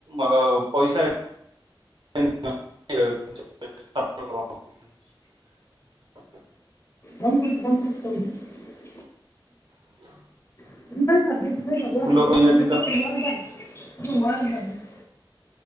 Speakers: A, on the right; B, on the left.
A: ଅ ପଇସା <unintelligible>
B: ବନ୍ଦ କରିଦେ ବନ୍ଦ କରିଦେ ଶୋଇଛି।
A: <inaudible>
B: <unintelligible>
A: ଫୁଲକୋବି ବ୍ୟତୀତ